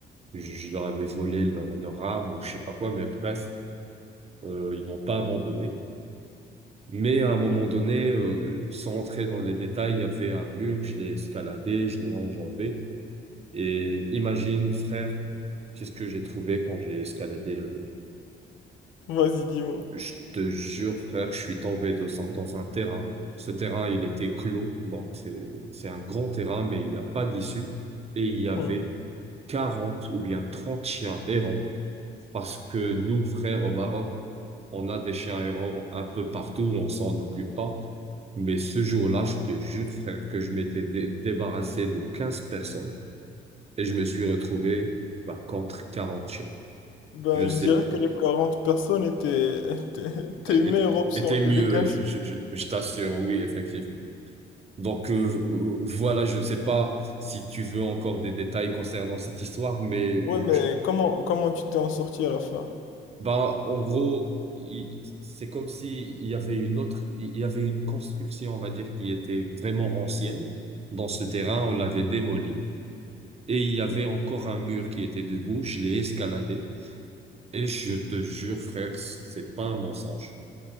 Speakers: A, on the right; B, on the left.
A: je je leur avais volé leur, leur âme ou je sais pas quoi, mais bref, euh, ils n'ont pas abandonné. Mais à un moment donné, euh, sans entrer dans les détails, il y avait un mur, je l'ai escaladé, je l'ai enjambé. Et imagine, frère, qu'est-ce que j'ai trouvé quand j'ai escaladé le...
B: Vas-y, dis-moi.
A: Je te jure, frère, je suis tombé dans un, dans un terrain. Ce terrain, il était clos. Bon, c'est, c'est un grand terrain, mais il n'y a pas d'issue. Et il y avait
B: Ouais.
A: 40 ou bien 30 chiens errants. Parce que nous, frères, au Maroc, on a des chiens errants un peu partout, on s'en occupe pas. Mais ce jour-là, je te jure, frère, que je m'étais dé- débarrassé de 15 personnes. Et je me suis retrouvé bah, contre quarante. chiens.
B: Ben,
A: Je sais,
B: je dirais que les 40 personnes étaient, étaient tes
A: é-
B: meilleures
A: é-
B: options
A: était
B: que
A: mieux,
B: les 15.
A: je, je, je, je t'assure, oui, effectivement. Donc euh, euh, voilà, je ne sais pas si tu veux encore des détails concernant cette histoire, mais euh,
B: Ouais, mais
A: je-
B: comment, comment tu t'es en sorti à la fin?
A: bah, en gros, il- c'est comme si il y avait une autre, il y avait une construction, on va dire, qui était vraiment ancienne. Dans ce terrain, on l'avait démoli et il y avait encore un mur qui était debout. Je l'ai escaladé. Et je te jure, frère, c- c'est pas un mensonge.